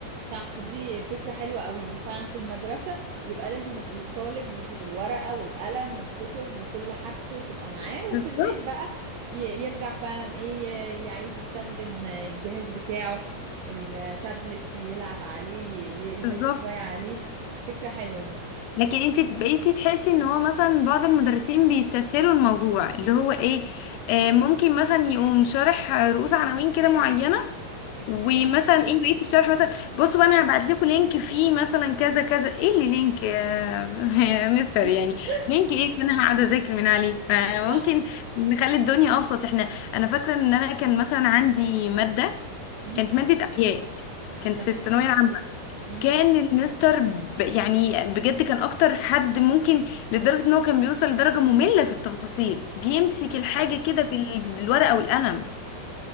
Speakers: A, on the right; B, on the left.
A: صح دي فكرة حلوة قوي ان فعلا في المدرسة يبقى لازم الطالب يجي بالورقة والقلم والكتب وكل حاجته تبقى معاه
B: بالظبط
A: وفي البيت بقى ي- يرجع فعلا ايه ي- عايز يستخدم الجهاز بتاعه التابلت يلعب عليه ي- يذاكر
B: بالظبط
A: شوية عليه فكرة حلوة دي
B: لكن انت بقيتي تحسي ان هو مثلا بعض المدرسين بيستسهلوا الموضوع اللي هو ايه آه ممكن مثلا يقوم شارح رؤوس عناوين كده معينة ومثلا
A: اه
B: ايه بقيت الشرح مثلا بصوا بقى انا هبعت لكم لينك فيه مثلا كذا كذا ايه اللي لينك يا <laughs> يا مستر
A: <laughs>
B: يعني لينك ايه اللي انا هقعد اذاكر من عليه آه
A: صح
B: ممكن نخلي الدنيا ابسط احنا انا فاكرة ان انا كان مثلا عندي مادة
A: امم
B: كانت مادة احياء كانت
A: تمام
B: في الثانوية العامة
A: امم
B: كان المستر ب... يعني بجد كان اكتر حد ممكن لدرجة ان هو كان بيوصل لدرجة مملة في التفاصيل بيمسك الحاجة
A: صح
B: كده بال... بالورقة والقلم